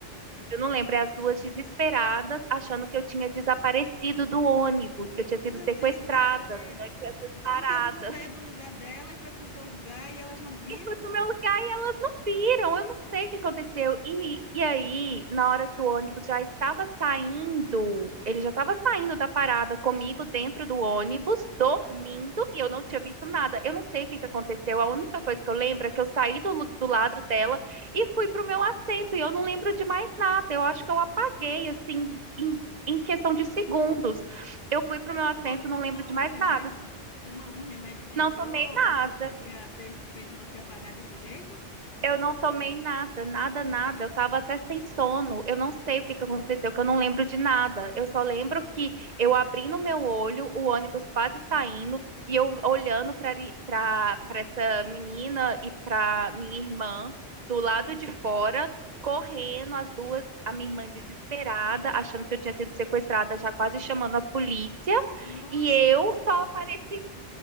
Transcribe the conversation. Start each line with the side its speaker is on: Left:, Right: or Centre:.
Right: eu não lembro, é as duas desesperadas, achando que eu tinha desaparecido do ônibus, que eu tinha
Left: o
Right: sido
Left: meu
Right: sequestrada
Left: Deus do céu.
Right: durante essas paradas
Left: Porque você saiu do lugar dela e foi para o seu lugar e elas não viram?
Right: e fui pro meu lugar e elas não viram. Eu não sei o que aconteceu. E, e aí, na hora que o ônibus já estava saindo, ele já estava saindo da parada comigo dentro do ônibus, dormindo, e eu não tinha visto nada. Eu não sei o que que aconteceu. A única coisa que eu lembro é que eu saí do, lu- do lado dela e fui pro meu assento, e eu não lembro de mais nada. Eu acho que eu apaguei, assim, em, em questão de segundos. Eu fui
Left: Você
Right: pro meu
Left: tomou,
Right: assento,
Left: tomou
Right: não lembro
Left: algum
Right: de mais
Left: remédio,
Right: nada.
Left: tomou algum remédio para
Right: Não
Left: enjoo
Right: tomei nada.
Left: que poderia ter feito você apagar desse jeito?
Right: Eu não tomei nada, nada, nada. Eu tava até sem sono. Eu não sei o que que aconteceu, que eu não lembro de nada. Eu só lembro que eu abri no meu olho, o ônibus quase saindo, e eu olhando para para essa menina e para minha irmã do lado de fora, correndo, as duas, a minha irmã desesperada, achando que eu tinha sido sequestrada, já quase chamando a polícia,
Left: Nossa,
Right: e eu só apareci